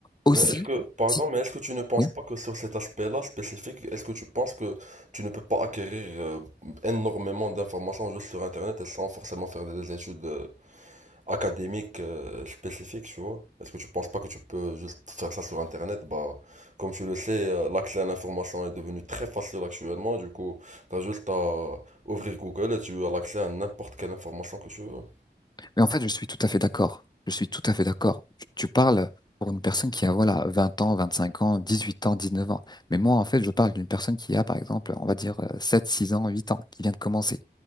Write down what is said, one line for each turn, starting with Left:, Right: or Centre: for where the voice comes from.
Left: Aussi,
Right: Mais est-ce que, pardon,
Left: si-
Right: mais est-ce que tu ne penses
Left: oui
Right: pas que sur cet aspect-là spécifique, est-ce que tu penses que tu ne peux pas acquérir euh, énormément d'informations juste sur Internet et sans forcément faire des études euh, académiques euh, spécifiques, tu vois? Est-ce que tu penses pas que tu peux juste faire ça sur Internet? Bah, comme tu le sais, euh, l'accès à l'information est devenu très facile actuellement, du coup, t'as juste à ouvrir Google et tu as l'accès à n'importe quelle information que tu veux.
Left: Mais en fait, je suis tout à fait d'accord. Je suis tout à fait d'accord. Tu, tu parles pour une personne qui a, voilà, 20 ans, 25 ans, 18 ans, 19 ans. Mais moi, en fait, je parle d'une personne qui a, par exemple, on va dire euh, 7, 6 ans, 8 ans, qui vient de commencer.